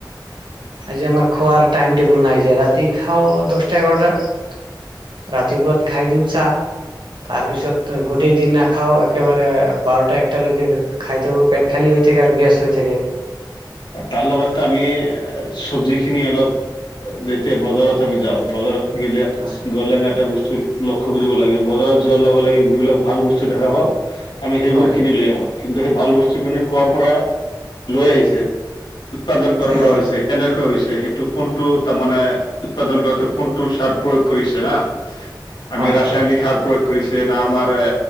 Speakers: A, on the right; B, on the left.
A: যে আমাৰ খোৱাৰ টাইম টেবল নাই যে ৰাতি খাও দহটা এঘাৰটাত ৰাতিপুৱাত খাই দিউ চাহ তাৰ পিছত গোটেই দিন নাখাও একেবাৰে বাৰটা একটালৈকে খাই থাকো পেট খালী হৈ থাকে আৰু গেছ হৈ থাকে।
B: তাৰ লগতো আমি চব্জি খিনি অলপ যেতিয়া বজাৰত আমি যাওঁ বজাৰত গলে
A: হয়
B: গ'লে আমি এটা বস্তু লক্ষ্য কৰিব লাগে বজাৰত যোৱাৰ লগে লগে যিবিলাক ভাল বস্তু দেখা পাওঁ আমি সেইবোৰ
A: হয়
B: কিনি লৈ আহো। কিন্তু সেই ভাল বস্তুখিনি কৰ পৰা লৈ আহিছে উৎপাদন কৰ
A: উম
B: পৰা হৈছে
A: উম
B: কেনেকৈ হৈছে সেইটো কোন টো তাৰমানে উৎপাদন কৰাতে কোনটো সাৰ প্ৰয়োগ কৰিছে না আমি
A: হয়
B: ৰাসায়নিক
A: হয়
B: সাৰ প্ৰয়োগ কৰিছে না আমাৰ এ